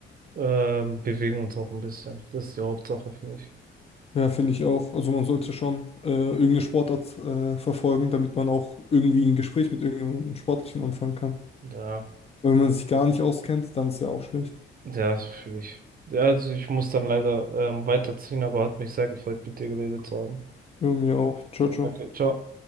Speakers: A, on the right; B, on the left.
A: ähm, bewegen uns auch ein bisschen. Das ist die Hauptsache, finde ich.
B: Ja, finde ich auch. Also man sollte schon äh, irgendeine Sportart äh, verfolgen, damit man auch irgendwie ein Gespräch mit irgendjemandem Sportlichen anfangen kann.
A: Ja,
B: Wenn man sich gar nicht auskennt, dann ist ja auch schlecht.
A: ja, das fühle ich. Ja, also ich muss dann leider ähm, weiterziehen, aber hat mich sehr gefreut, mit dir geredet zu haben.
B: Ja, mir auch. Ciao, ciao.
A: Okay, ciao.